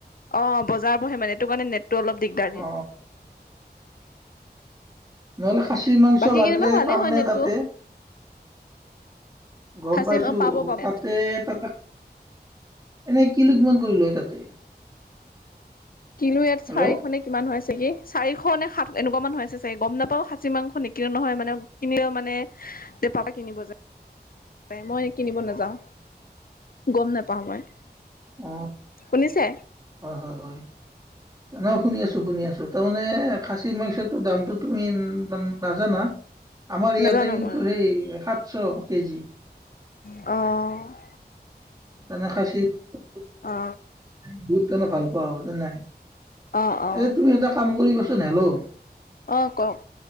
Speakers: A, on the left; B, on the right.
A: অ' বজাৰ বহে মানে এইটো কাৰণে নেট টো অলপ দিগদাৰ
B: অ
A: দিয়ে।
B: নহলে খাচী মাংস
A: বাকী
B: লাগিলে
A: কেনিবা ভালেই
B: পামনে
A: হয় নেটটো
B: তাতে? গম
A: সাঁচি
B: পাইছো
A: পাব পাব
B: তাতে
A: ইয়াত
B: তাতে এনে কিলো কিমান কৰি লয় তাতে?
A: কিলো ইয়াত
B: হেল্ল'
A: চাৰিশ নে কিমান হয় <unintelligible> চাৰিশ নে সাত এনেকুৱা মানুহ আছে চাগে গম নাপাওঁ খাচী মাংস নিকিনো নহয় মানে কিনিলেও মানে পৰা কিনিব যায়। মই কিনিব নেযাওঁ গম নেপাওঁ মই।
B: অ
A: শুনিছে?
B: হয় হয় হয়। ন শুনি আছো শুনি আছো তাৰমানে খাচী মাংসটো দামটো তুমি নাজানা? আমাৰ
A: নাজানো
B: ইয়াতে কিন্তু
A: মই
B: সেই সাতশ কেজি।
A: অ'।
B: মানে খাচীতো
A: অ
B: বহুত মানে ভাল পোৱা <unintelligible> জান নাই।
A: অ অ
B: এ তুমি এটা কাম কৰিবাচোন, হেল্ল'
A: অ' কক।